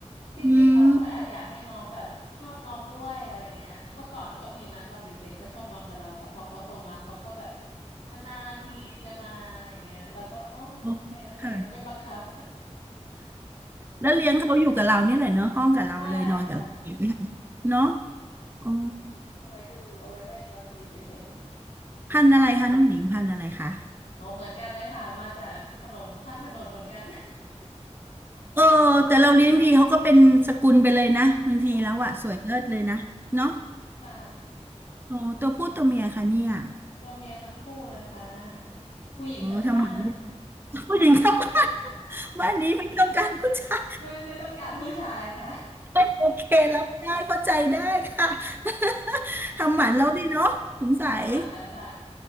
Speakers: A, on the left; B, on the right.
A: ที่จริงเราก็แอบอยากให้น้องแบบชอบนอนด้วยอะไรเงี้ยเมื่อก่อนก็มีนะตอนเด็กๆก็ชอบนอนกับเราแต่พอเขาโตมาเขาก็แบบ
B: อืม
A: นานๆทีจะมาอย่างเงี้ยเราก็โอ้โอเคโอเคไม่บังคับ
B: โอเคค่ะแล้วเลี้ยงเขาอยู่กับเราเนี่ยแหละเนาะห้องกับเราเลยนอนกับเราเลย
A: <laughs> ใช่ค่ะ
B: เนาะอ๋อ
A: เอาไว้ดูเอาไว้เล่นบางทีเฉยๆอืม
B: พันธุ์อะไรคะน้องหญิงพันธุ์อะไรคะ
A: อ๋อเหมือนกันเลยค่ะมาจากถนนข้างถนนเหมือนกัน <laughs>
B: เออแต่เราเลี้ยงดีเขาก็เป็นสกุลไปเลยนะบางทีแล้วอะสวยเลิศเลยนะเนาะ
A: ใช่ใช่ค่ะ
B: โอ้ตัวผู้ตัวเมียค่ะเนี่ย
A: ตัวเมียทั้งคู่เลยค่ะผู้หญิงทั้งบ้าน
B: โอ้ทำหมันผู้หญิงครับบ้านบ้านนี้ไม่ต้องการผู้ชา
A: <laughs> ไม่ไม่ต้องการผู้ชายค่ะ
B: ยโอเครับได้เข้าใจได้ค่ะ <laughs> ทำหมันแล้วดีเนาะสงสัย
A: ทำหมันแล้วค่ะ